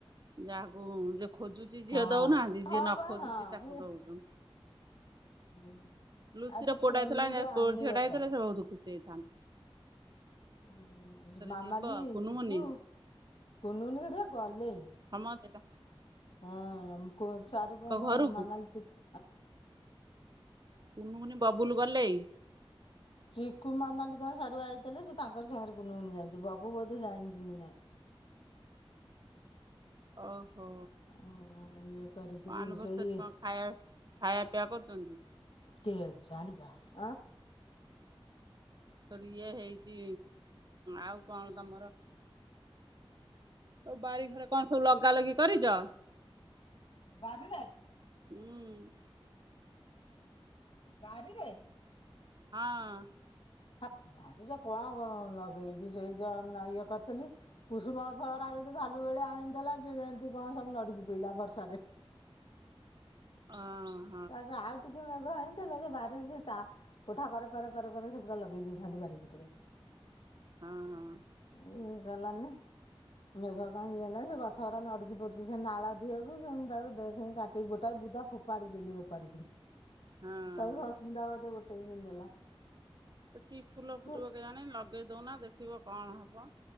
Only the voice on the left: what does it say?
ହଁ
ହଁ
ବା
ହଁ
ଯେ
ହୁଁ।
ଆଜି ସୋନିର
ଆନିବର୍ଷ
ହଁ ମାମାଲି,
ଚିକୁୁ କୁନୁନୁ ହେରିକା ଗଲେ
ହଁ, କଉ ସିଆଡୁ କଣ
ମାମଲି, ଚିକୁ
ଚିକୁ ମାମାଲି ସାଢୁ ଆଇଥିଲେ ସେ ତାଙ୍କର ସାଙ୍ଗରେ କୁନୁଉନି ଯା ବବୁ ବୋଧେ ଜାଣିଛି କି ନାଇଁ।
ଉଁ ଇଏ କରିକିରି
ସେଇ
ଟିକେ ଜାଣିବା। ଆ
ବାରିରେ?
ବାରିରେ?
ହେ ବାରିରେ କଣ କଣ ଲଗେଇବି, ସେଇ ଯାହା ଇଏ କରିଥିଲି କୁଷୁମ ଗଛ ଗୁରା ଭାଲୁ ଭଳିଆ ଆଣିଥିଲା ସେ ଯେମିତି କଣ ସବୁ ନଡିକି ପଇଲା ବର୍ଷାରେ।
ତାକୁ ଆଉ ଟିକେ ମେଘ ହେଇଥିଲେ ସେ ବାରିରେ ସେ ଚା କୋଠା କରେ କରେ କରେ କରେ ସେ ପୁୁରା ଲଗେଇ ଦେଇଥାନ୍ତି ବାରି ପଟରେ।
ଏଇ ଗଲାନି। ମେଘ କା ହେ ସେ ଗଛ ଗୁଡା ନଡକି ପଡୁଛି ସେ ନାଳ ଧିଅକୁ ସେ ତା ଦେ କାଟି ଗୋଟା ବୁଦା ଫ ପାରଦିଲି ଏ ପାରଦିଲି
ତାକୁ ସସ୍ମିତା ଭାଉଜ ଗୋଟେଇକି ନେଲା।
ଚୁ